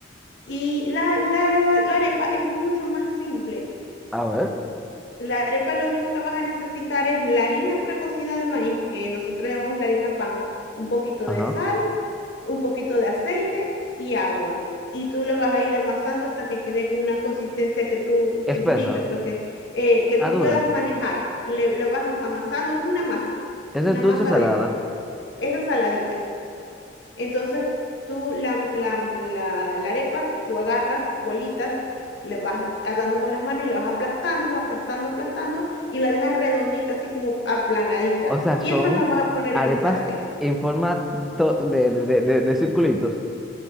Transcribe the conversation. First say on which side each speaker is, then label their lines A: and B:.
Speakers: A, on the left; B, in the centre.
A: Y la, la, la arepa es mucho más simple.
B: A ver.
A: La arepa lo único que vas a necesitar es la harina precocida de maíz, que nosotros llamamos la harina pan, un poquito
B: Ajá.
A: de sal un poquito de aceite y agua. Y tú lo vas a ir amasando hasta que quede con una consistencia que tú,
B: Espesa.
A: eh, durita, pues que, eh, que
B: Ah,
A: tú
B: dura.
A: puedas manejar. Le, lo vas amasando como una masa,
B: ¿Esa
A: una
B: es dulce
A: masa
B: o salada?
A: de pan. Esa saladita. Entonces, tú la, la, la, la arepa, tú agarras bolitas, le vas a- dando con las manos y la vas aplastando, aplastando, aplastando, y la dejas redondita, así como aplanadita.
B: O sea,
A: Y
B: son
A: esas las vas a poner
B: arepas
A: en el sartén.
B: en forma to- de, de, de, de- de circulitos.